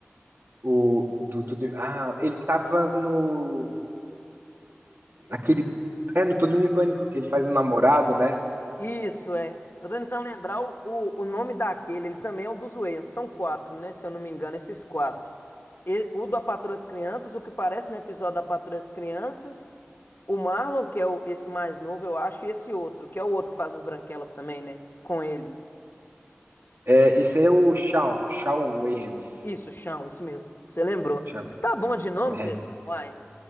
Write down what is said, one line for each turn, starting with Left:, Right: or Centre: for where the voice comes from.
Right: o do Tudo em- Ah, ele tava no aquele é no Tudo em Pânico que ele faz o namorado, né?
Left: Isso, é. Eu tô tentando lembrar o, o, o nome daquele. Ele também é um dos Wayans. São quatro, né? Se eu não me engano, esses quatro. E, o da Patroa das Crianças, o que parece no episódio da Patroa das Crianças. O Marlon, que é o, esse mais novo, eu acho. E esse outro, que é o outro que faz as branquelas também, né? Com ele.
Right: É, esse aí é o Shawn, Shawn Wayans.
Left: Isso, chão, isso mesmo. Você lembrou.
Right: Shawn-
Left: Você tá bom de nome,
Right: É.
Left: Pedrão?
Right: esse.
Left: Uai.